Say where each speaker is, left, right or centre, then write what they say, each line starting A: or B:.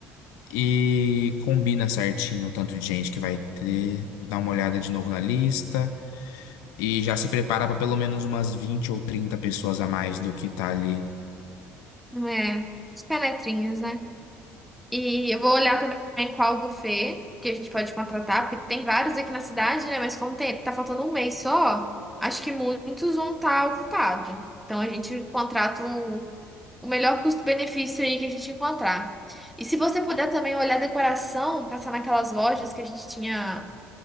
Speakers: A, on the left; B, in the centre.
A: e combina certinho o tanto de gente que vai ter, dá uma olhada de novo na lista e já se prepara para pelo menos umas 20 ou 30 pessoas a mais do que tá ali.
B: Não é? Os penetrinhas, né? E eu vou olhar também qual buffet que a gente pode contratar, porque tem vários aqui na cidade, né? Mas como tem, tá faltando um mês só, acho que muitos vão estar ocupados. Então a gente contrata um. o melhor custo-benefício aí que a gente encontrar. E se você puder também olhar a decoração, passar naquelas lojas que a gente tinha,